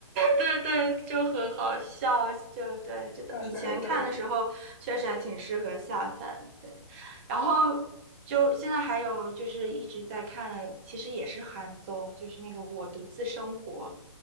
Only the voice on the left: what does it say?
对对对，这